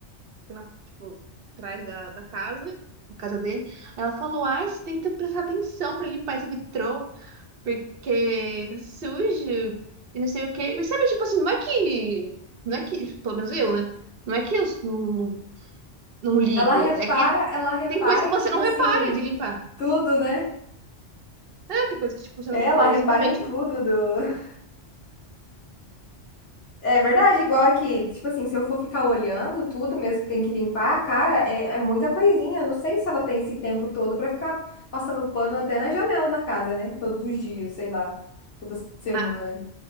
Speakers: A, on the right (about 60°); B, on the left (about 85°).
A: que na, tipo, atrás da, da casa, da casa dele. Aí Ela falou, ai, você tem que prestar atenção pra limpar esse vitrô, porque tá sujo e não sei o quê. E sabe, tipo assim, não é que... Não é que, pelo menos eu, né? Não é que eu não, não ligo,
B: Ela repara,
A: é que
B: ela repara
A: tem coisa que
B: em
A: você
B: tipo
A: não repara
B: assim,
A: de limpar.
B: tudo, né?
A: É, tem coisa que, tipo, você não,
B: É, Ela
A: eu
B: repara
A: simplesmente
B: em tudo
A: não.
B: do. <laughs> É verdade, igual aqui. Tipo assim, se eu for ficar olhando tudo mesmo que tem que limpar, cara, é, é muita coisinha. Eu não sei se ela tem esse tempo todo pra ficar passando pano até na janela da casa, né? Todos os dias, sei lá, toda semana.
A: Ah,